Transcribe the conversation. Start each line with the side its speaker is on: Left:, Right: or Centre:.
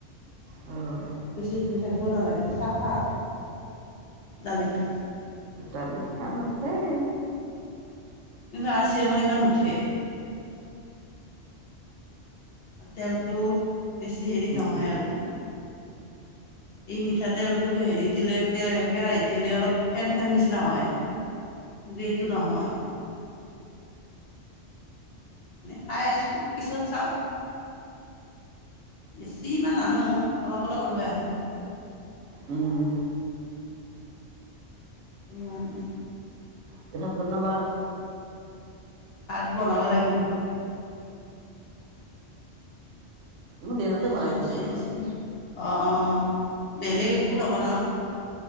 Right: অ!
Left: বেছি ধুই থাকিব নালাগে চাফা দালিটো।
Right: ডালিত কাম কানছেই
Left: কিন্তু আৰচিয়েমত ইমান নুঠে। তেলটো বেছি হেৰি
Right: উম
Left: নহয় আৰু এই মিঠাতেলটোকে হেৰি দিলে কেৰাহীত দিলে অলপ ফেন ফেন নিচিনা হয় কিন্তু এইটো নহয়। খাই আছো পিছত চাওঁ বেছি ইমান নানো অলপ অলপ লৈ আহো।
Right: উম।
Left: অ!
Right: কিহত বনাবা?
Left: ভাত বনাব লাগিব।
Right: মই দিনতে
Left: আজি
Right: বনাই
Left: চবজি
Right: থৈছোঁ
Left: অ' অঁ বেলেগ একো নবনাওঁ